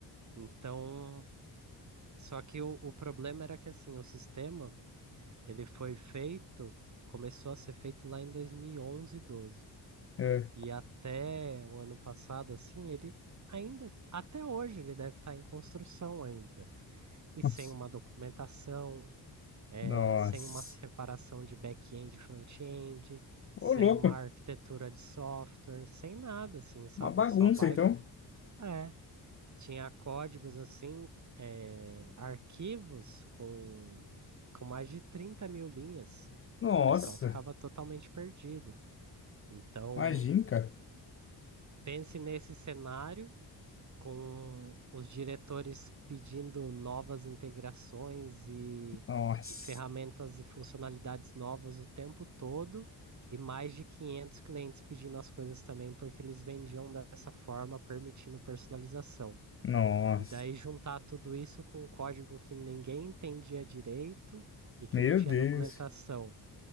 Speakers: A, on the right; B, on the left.
A: Então, só que o, o problema era que, assim, o sistema, ele foi feito, começou a ser feito lá em 2011, 12.
B: É.
A: E até o ano passado, assim, ele ainda, até hoje, ele deve estar em construção ainda. E
B: Nossa.
A: sem uma documentação, eh,
B: Nossa.
A: sem uma separação de back-end e front-end,
B: Ô,
A: sem
B: louco.
A: uma arquitetura de software, sem nada, assim, sabe?
B: Uma bagunça,
A: Só vai.
B: então.
A: f- É, tinha códigos, assim, eh, arquivos com, com mais de 30 mil linhas.
B: Nossa.
A: O pessoal ficava totalmente perdido. Então,
B: Imagina, cara.
A: pense nesse cenário com os diretores pedindo novas integrações e,
B: Nossa.
A: e ferramentas e funcionalidades novas o tempo todo, e mais de 500 clientes pedindo as coisas também, porque eles vendiam dessa forma, permitindo personalização.
B: Nossa.
A: E daí juntar tudo isso com um código que ninguém entendia direito e que
B: Meu
A: não tinha
B: Deus.
A: documentação.